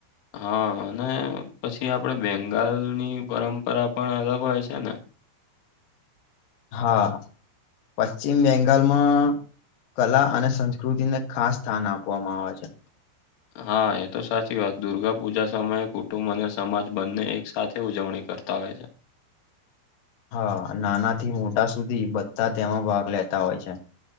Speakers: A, on the left; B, on the left.
A: હા અને પછી આપડે બેંગાલની પરંપરા પણ અલગ હોય છે ને
B: હા પશ્ચિમ બેંગાલમાં કલા અને સંસ્કૃતિને ખાસ સ્થાન આપવામાં આવે છે
A: હા એ તો સાચી વાત દુર્ગા પૂજા સમયે કુટુંબ અને સમાજ બંને એક સાથે ઉજવણી કરતા ત વે
B: હા નાના થી મોટા સુધી બધા જ તેમાં ભાગ લેતા હોય છે